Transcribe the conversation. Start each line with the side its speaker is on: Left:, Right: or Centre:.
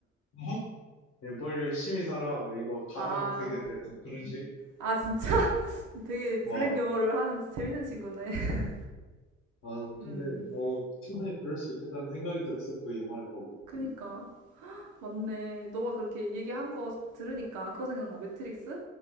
Left: <laughs> 예, 뭘 열심히 살아. 이거 가상
Right: 아,
Left: 세계인데 뭐 그런 식?
Right: 아, 진짜? <laughs> 되게 블랙
Left: 어.
Right: 유머를 하는 재밌는 친구네. <laughs>
Left: 아,
Right: 음,
Left: 근데 뭐 충분히 그럴 수 있겠다는 생각이 들었어. 그 영화를 보고.
Right: 그니까. 맞네. 너가 그렇게 얘기한 거 들으니까 그거 생각나. 매트릭스?